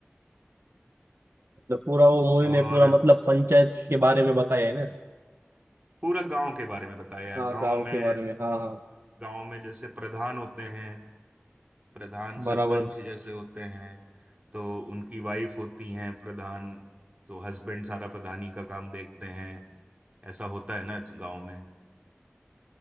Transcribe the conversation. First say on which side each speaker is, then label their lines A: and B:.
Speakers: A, on the right (about 65°); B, on the right (about 30°).
A: मतलब पूरा वो मूवी
B: और
A: में पूरा मतलब पंचायत के बारे में बताया है ना
B: पूरा गांव के बारे में बताया है
A: हाँ
B: गांव
A: गाँव
B: में
A: के बारे में हाँ हाँ
B: गांव में जैसे प्रधान होते हैं प्रधान सरपंच
A: बराबर
B: जैसे होते हैं तो उनकी वाइफ होती हैं प्रधान तो हस्बैंड सारा प्रधानी का काम देखते हैं ऐसा होता है ना गांव में